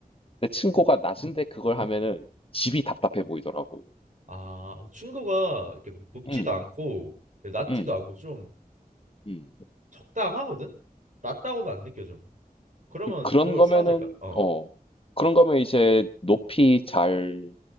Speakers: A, on the left; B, on the right.
A: 근데 층고가 낮은데 그걸 하면은 집이 답답해 보이더라고.
B: 아, 충고가 이렇게 막 높지도
A: 음.
B: 않고 낮지도
A: 음.
B: 않고 좀
A: 음.
B: 적당하거든? 낮다고는 안 느껴져. 그러면
A: 그 그런
B: 그걸
A: 거면은
B: 사도 될까? 어,
A: 어 그런 거면 이제 높이 잘